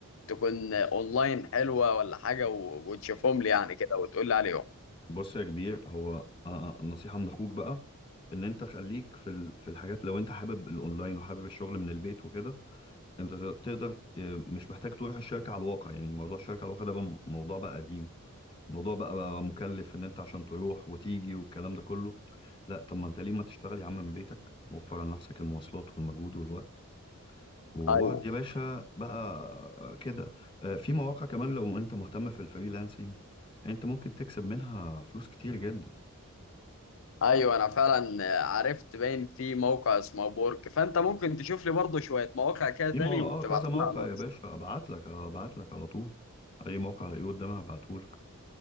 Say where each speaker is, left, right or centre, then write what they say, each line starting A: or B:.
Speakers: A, on the left; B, on the left.
A: تكون اونلاين حلوه ولا حاجه و- وتشوفهم لي يعني كده وتقول لي عليهم
B: بص يا كبير هو اه، اه، نصيحة من اخوك بقى ان انت خليك في ال... في الحاجات لو انت حابب الاونلاين وحابب الشغل من البيت وكده انت تقدر اه، مش محتاج تروح الشركة على الواقع يعني موضوع الشركة على الواقع ده بقى موضوع بقى قديم الموضوع بقى, بقى مكلف ان انت عشان تروح وتيجي والكلام ده كله لا طب ما انت ليه ما تشتغل يا عم من بيتك وفر على نفسك المواصلات والمجهود والوقت وقعد
A: ايوه
B: يا باشا بقى كده اه، في مواقع كمان لو انت مهتم في الفريلانسنج انت ممكن تكسب منها فلوس كتير جدا
A: ايوه انا فعلا عرفت باين في موقع اسمه بورك فانت ممكن تشوف لي برضه شويه مواقع كده تاني
B: في مو...
A: وتبعتهم
B: اه كذا موقع
A: لي على الواتس
B: يا باشا ابعت لك ابعت لك على طول اي موقع الاقيه قدامي هبعته لك